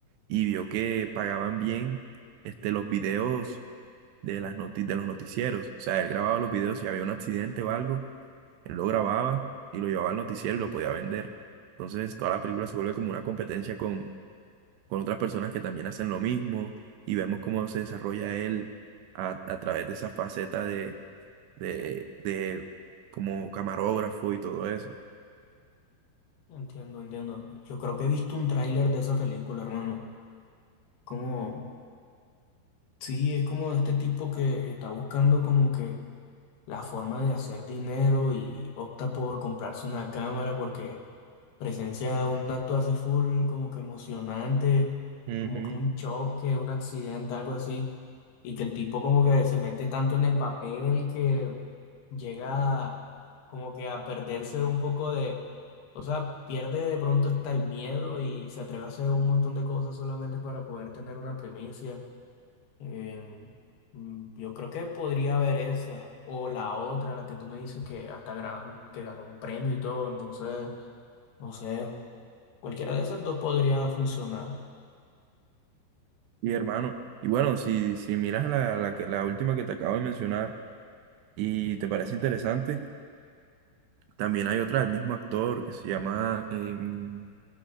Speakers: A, on the right; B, on the left.
A: y vio que pagaban bien este, los videos de las noti- de los noticieros. O sea, él grababa los videos si había un accidente o algo, él lo grababa y lo llevaba al noticiero y lo podía vender. Entonces, toda la película se vuelve como una competencia con, con otras personas que también hacen lo mismo y vemos cómo se desarrolla él a, a través de esa faceta de, de como camarógrafo y todo eso.
B: Entiendo, entiendo. Yo creo que he visto un tráiler de esa película, hermano. Como, sí, es como de este tipo que está buscando como que la forma de hacer dinero y opta por comprarse una cámara porque presencia un acto así full, como que emocionante,
A: Ujú.
B: como que un choque, un accidente, algo así, y que el tipo como que se mete tanto en el papel que llega como que a perderse un poco de, o sea, pierde de pronto hasta el miedo y se atreve a hacer un montón de cosas solamente para poder tener una primicia. Eh, mm, yo creo que podría haber esa o la otra, la que tú me dices que hasta gra- que ganó un premio y todo, entonces, no sé, cualquiera de esas dos podría funcionar.
A: Y hermano, y bueno, si, si miras la, la, que- la última que te acabo de mencionar y te parece interesante, también hay otra del mismo actor que se llama em,